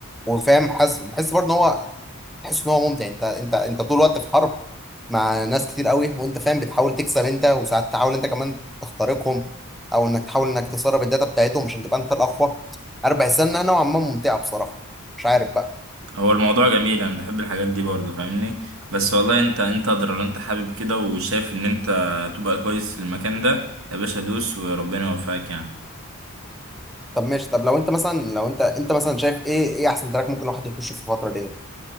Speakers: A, in the centre; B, on the right.
A: وفاهم حاسس بحس برضه ان هو تحس ان هو ممتع انت انت انت طول الوقت في حرب مع ناس كتير قوي وانت فاهم بتحاول تكسب انت وساعات تحاول انت كمان تخترقهم او انك تحاول انك تسرب الداتا بتاعتهم عشان تبقى انت الاقوى انا بحس انها نوعا ما ممتعه بصراحه مش عارف بقى
B: هو الموضوع جميل انا بحب الحاجات دي برضه فاهمني بس والله انت انت ادرى لو انت حابب كده وشايف ان انت تبقى كويس في المكان ده يا باشا دوس وربنا يوفقك يعني
A: طب ماشي طب لو انت مثلا لو انت انت مثلا شايف ايه ايه احسن تراك ممكن الواحد يخش في الفتره دي